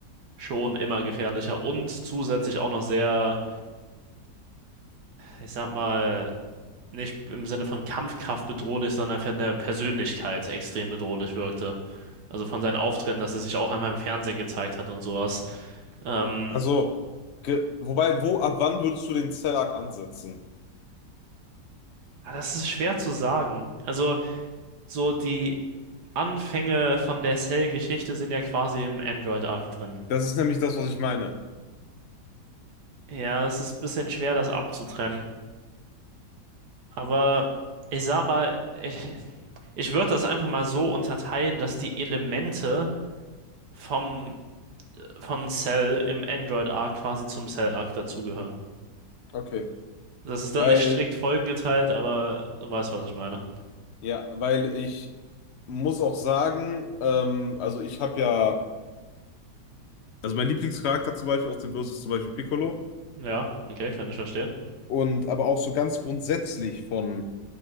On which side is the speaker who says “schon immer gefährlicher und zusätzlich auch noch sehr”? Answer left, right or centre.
Right